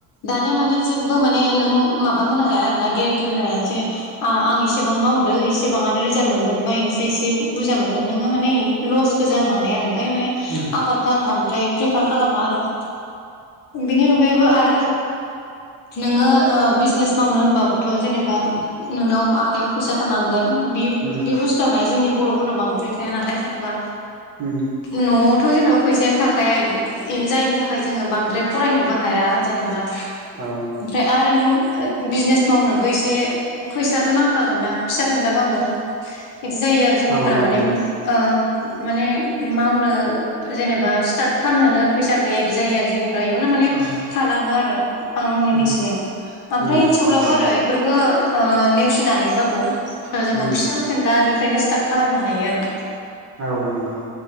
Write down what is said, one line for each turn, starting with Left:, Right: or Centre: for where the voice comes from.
Left: दानिया माने जेबबो माने नों माबा होनो हाया आरो ना गेरेन्टि होनो हाया जे आं आं इसेबां मावदो इसेबाङानो रिजाल्ट मोनगोन बा एसे बुरजा मोनगोन नोङो माने लसबो जानो हानाय आरो ओंखायनो माने
Right: उम
Left: आबादखौ आं बांद्राय प्रिफार खालामा आरो। बेनि अनगायैबो आरो नोङो ओ बिजनेस मावनो होनबाबोथ जेनेबा नोंनाव आखायाव फैसा थानांगोन बे
Right: उम
Left: बे बुस्थुवा माने जोंनि बर'फोरनाव बांद्राय थाया नालाय जेनेबा
Right: उम
Left: न'आव थ' जेनेबा फैसायानो थाखाय जायनि थाखाय जोङो बांद्राय फरायनोबो हाया जेनेबा
Right: औ
Left: ओमफ्राय आरो नों बिजनेस मावनोबो एसे फैसाथ' नांखागोन ना फिसा फेनलाबाबो। बिदि जायो आरो जोंनिफोरा
Right: औ नांगोन
Left: माने ओ माने मावनो जेनेबा स्टार्ट खालामनोनो फैसा गैया इदि जायोआरो जोंनिफ्रा इयावनो माने
Right: औ
Left: थालांङोआरो आंनि
Right: उम
Left: मिथिनायाव ओमफ्राय
Right: उम
Left: थेवब्लाबोआरो
Right: नंगौ
Left: इफोरखौ नेवसिनानैबाबो जोंङो
Right: उम
Left: फिसा फेनलानिफ्रायनो स्टार्ट खालामनो हायोआरो।
Right: औ नंगौ।